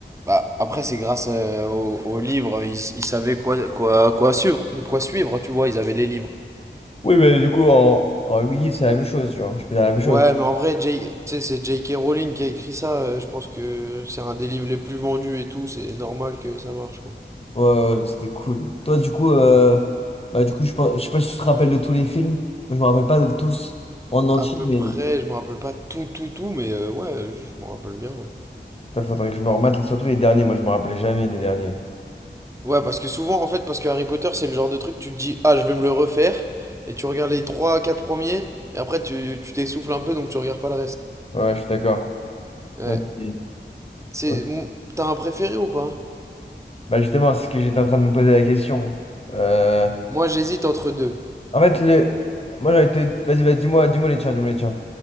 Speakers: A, on the right; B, on the left.
A: Bah, après, c'est grâce euh, au, au livre, ils, ils savaient quoi, quoi, quoi suivre, quoi suivre, tu vois, ils avaient les livres.
B: Oui, mais du coup, en, en 8 livres, c'est la même chose, genre. Je peux dire la même chose.
A: Ouais, mais en vrai, J- tu sais, c'est J.K. Rowling qui a écrit ça. euh, Je pense que c'est un des livres les plus vendus et tout. C'est normal que ça marche, quoi.
B: Ouais, ouais, ouais, c'était cool. Toi, du coup, euh, bah, du coup, je, pense- je sais pas si tu te rappelles de tous les films. Moi, je me rappelle pas de tous en entier,
A: À peu
B: mais.
A: près, je me rappelle pas tout, tout, tout, mais euh, ouais, je je m'en rappelle bien, ouais.
B: Il faudrait que je me remette, les surtout les derniers. Moi, je me rappelais jamais les derniers.
A: Ouais, parce que souvent, en fait, parce que Harry Potter, c'est le genre de truc, tu te dis, ah, je vais me le refaire, et tu regardes les 3 4 premiers, et après, tu tu t'essouffles un peu, donc tu regardes pas le reste.
B: Ouais, ouais, je suis d'accord.
A: Ouais.
B: Donc, c'est-
A: C'est,
B: ok.
A: mou- t'as un préféré ou pas?
B: Bah, justement, c'est ce que j'étais en train de me poser la question. Euh,
A: Moi, j'hésite entre deux.
B: En fait, le... moi, j'aurais été... Vas-y, bah, dis-moi, dis-moi les tiens, dis-moi les tiens.